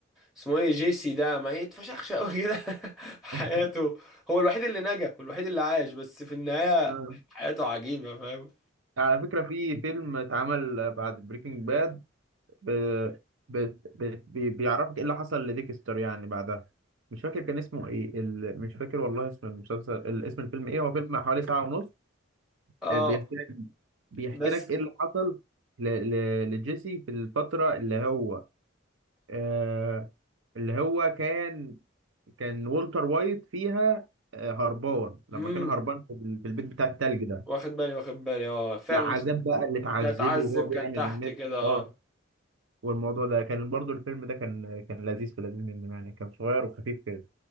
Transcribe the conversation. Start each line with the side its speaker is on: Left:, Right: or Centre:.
Centre: اسمه ايه جيسي ده ما يتفشخش قوي كده <laughs> في حياته
Right: <laughs>
Centre: هو الوحيد اللي نجا والوحيد اللي عاش بس في النهاية
Right: آه.
Centre: حياته عجيبة فاهم
Right: على فكره في فيلم اتعمل بعد بريكنج باد ب... ب... ب... بي- بيعرفك ايه اللي حصل لديكستر يعني بعدها مش فاكر كان اسمه ايه ال... مش فاكر والله اسم المسلسل ال- اسم الفيلم ايه هو فيلم حوالي ساعة ونص
Centre: اه
Right: آه، بيحكي لك بيحكي
Centre: بس
Right: لك ايه اللي حصل ل... ل... لجيسي في الفترة اللي هو آه... اللي هو كان كان والتر وايت فيها آه، هربان لما
Centre: مم.
Right: كان هربان في ال- في البيت بتاع التلج ده
Centre: واخد بالي واخد بالي اه فعلا
Right: العذاب بقى اللي اتعذبه
Centre: ده اتعذب
Right: وهو بيعمل
Centre: كان تحت
Right: النت
Centre: كده اه
Right: اه والموضوع ده كان برضو الفيلم ده كان كان لذيذ في لذيذ منه يعني كان صغير وخفيف كده